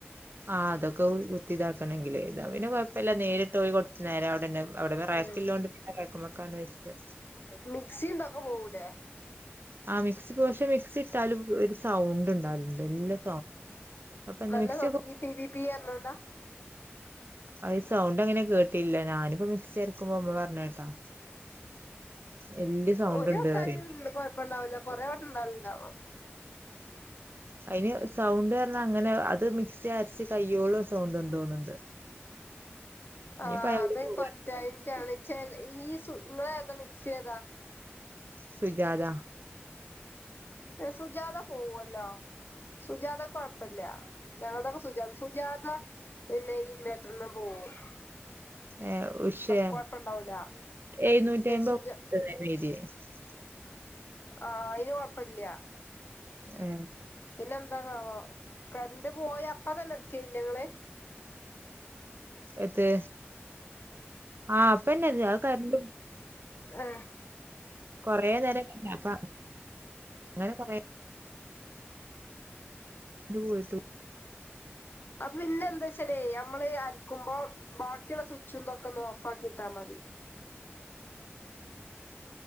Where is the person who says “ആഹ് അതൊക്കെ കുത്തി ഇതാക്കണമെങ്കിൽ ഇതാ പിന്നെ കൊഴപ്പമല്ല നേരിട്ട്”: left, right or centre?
Right